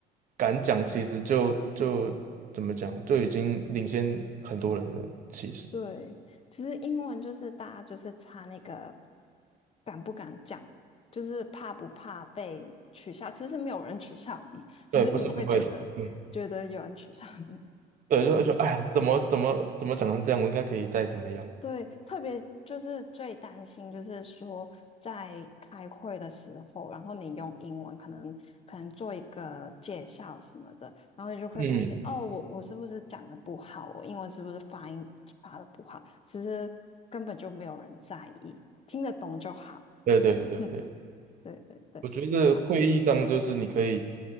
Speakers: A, on the right (about 50°); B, on the left (about 35°).
A: 敢讲，其实就就怎么讲，就已经领先很多人了。其实，
B: 对，其实英文就是大家就是差那个敢不敢讲，就是怕不怕被取笑。其实没有人取笑你，只是你会觉得觉得有人取笑你。
A: 对，不是不会的，嗯，对，
B: 对，
A: 就就哎呀，怎么怎么怎么讲成这样，我应该可以再怎么样。
B: 对，特别就是最担心，就是说在开会的时候，然后你用英文可能可能做一个介绍什么的，然后你就会担心哦，
A: 嗯，
B: 我我是不是讲的不好，我英文是不是发音发的不好？其实根本就没有人在意，听得懂就好。
A: 对对对对，
B: <laughs> 对对对，
A: 我觉得会议上就是你可以
B: 好。